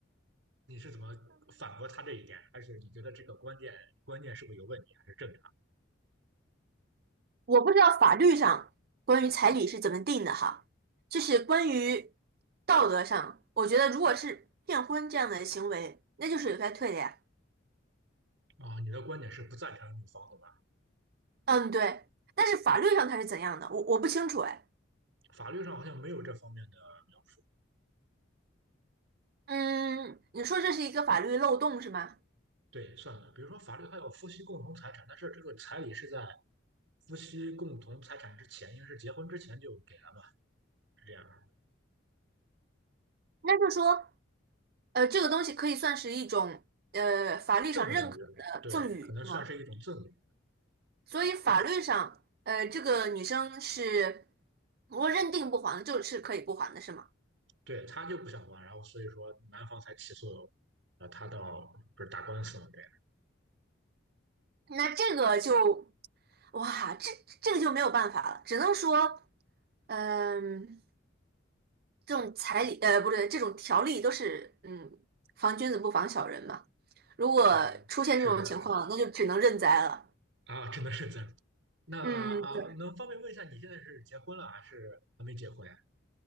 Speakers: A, on the right (about 70°); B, on the right (about 50°).
A: 你是怎么反驳他这一点？还是你觉得这个观念观念是不是有问题，还是正
B: 我不知道法律上关于彩礼是怎么定的哈，就是关于道德上，我觉得如果是骗婚这样的行为，那就是有该退的呀。
A: 常啊？你的观点是不赞成女方的吧？
B: 嗯，对。但是法律上它是怎样的，我我不清楚哎。
A: 法律上好像没有这方面的描述。
B: 嗯，你说这是一个法律漏洞是吗？
A: 对，算了，比如说法律还有夫妻共同财产，但是这个彩礼是在夫妻共同财产之前，因为是结婚之前就给了嘛，是这样的
B: 那就说，呃，这个东西可以算是一种呃法律上认可的赠与是吗？
A: 赠与，对，可能算是一种赠与。
B: 所以法律上，呃，这个女生是如果认定不还的就是可以不还的是吗？
A: 对，他就不想还，然后所以说男方才起诉，呃，他到不是打官司嘛？对，
B: 那这个就。哇，这这个就没有办法了，只能说，嗯，这种彩礼，呃，不对，这种条例都是，嗯，防君子不防小人嘛。如果出现这种情况，
A: 对，是这样
B: 那就只能认栽了。
A: 的啊，真的是这样。那啊，
B: 嗯，对，
A: 能方便问一下，你现在是结婚了还是还没结婚呀？